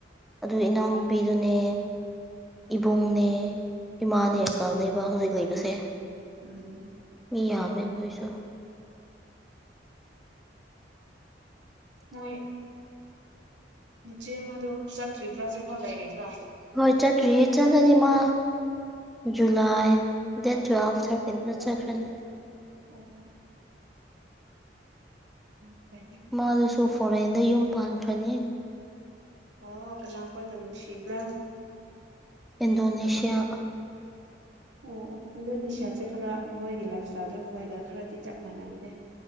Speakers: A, in the centre; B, on the right (about 75°).
A: ꯑꯗꯨ ꯏꯅꯥꯎꯨꯄꯤꯗꯨꯅꯦ ꯏꯕꯨꯡꯅꯦ ꯏꯃꯥꯅꯦ ꯑꯪꯀꯜꯅꯦꯕ ꯍꯧꯖꯤꯛ ꯂꯩꯕꯁꯦ
B: ꯎꯝ
A: ꯏ ꯌꯥꯃꯦ ꯀꯣꯏꯁ <unintelligible>
B: ꯍꯣꯏ ꯅꯨꯆꯦ ꯑꯃꯗ ꯆꯠꯇ꯭ꯔꯤꯕ꯭ꯔꯥ ꯁꯤꯦꯀꯣ ꯂꯩꯔꯤꯕ꯭ꯔꯥ
A: ꯍꯣꯏ ꯆꯠ꯭ꯔꯤ ꯆꯒꯅꯤꯃ ꯖꯨꯂꯥꯏ
B: ꯑꯣ
A: ꯗꯦꯠ ꯇꯨꯋꯦꯜ ꯍꯥꯏꯔꯀꯤꯟ ꯆꯈ꯭ꯔꯅꯤ
B: ꯑꯣꯝ ꯑꯣ ꯎꯝ ꯐꯩ
A: ꯃꯥꯗꯨꯁꯨ ꯐꯣꯔꯦꯟꯗ ꯌꯨꯝ ꯄꯥꯟꯈ꯭ꯔꯅꯤ
B: ꯑꯣ ꯀꯅꯥ ꯀꯣꯏꯗꯅꯅꯨꯡꯁꯤꯕ꯭ꯔꯥ
A: ꯏꯟꯗꯣꯅꯦꯁꯤꯌꯥ
B: ꯑꯣ ꯑꯣ ꯏꯟꯗꯣꯅꯦꯁꯤꯌꯥꯁꯦ ꯈꯔ ꯃꯣꯏꯒꯤ ꯂꯥꯏꯞ ꯏꯁꯇꯥꯏꯜꯗꯣ ꯑꯩꯈꯣꯏꯒ ꯈꯔꯗꯤ ꯆꯞ ꯃꯥꯟꯅꯝꯅꯦ